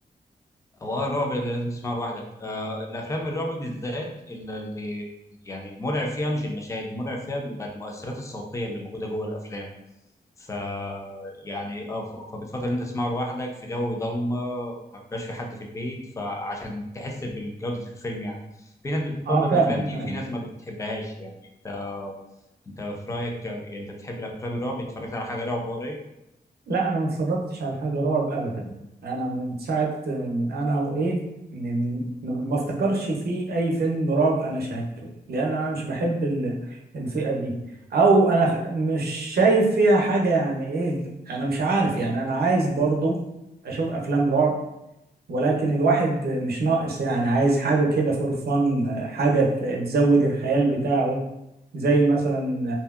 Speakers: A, on the left; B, on the right.
A: هو آه، الرعب اللي لازم تسمعه لوحدك آه الافلام الرعب بالذات اللي اللي يعني المرعب فيها مش المشاهد المرعب فيها بيبقى المؤثرات الصوتيه اللي موجوده جوه الافلام ف يعني اه ف- فبتفضل انت تسمعه لوحدك في جو ضلمه ما بيبقاش في حد في البيت فعشان تحس بجوده الفيلم يعني في ناس بتفضل
B: اه فعلا
A: الافلام دي
B: فعلا
A: وفي ناس ما بتحبهاش يعني انت انت في رايك يعني انت بتحب الافلام الرعب اتفرجت على حاجه رعب قريب
B: لا انا ما اتفرجتش على حاجة رعب ابدا انا من ساعة من انا وايه من ما افتكرش في اي فيلم رعب انا شاهدته لان انا مش بحب ال- الفئة دي او انا خ- مش شايف فيها حاجة يعني ايه انا مش عارف يعني انا عايز برضو اشوف افلام رعب ولكن الواحد مش ناقص يعني عايز حاجة كده فور فن حاجة ت- تزود الخيال بتاعه زي مثلا